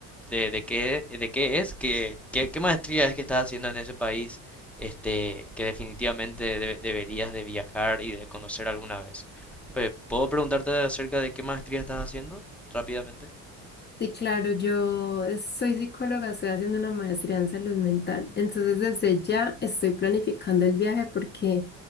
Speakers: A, in the centre; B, on the left.
A: de, de qué, de qué es? ¿Qué, qué, qué maestría es que estás haciendo en ese país? Este, que definitivamente de- deberías de viajar y de conocer alguna vez. Pe- ¿Puedo preguntarte acerca de qué maestría estás haciendo rápidamente?
B: Sí, claro, yo es- soy psicóloga, estoy haciendo una maestría en salud mental, entonces desde ya estoy planificando el viaje porque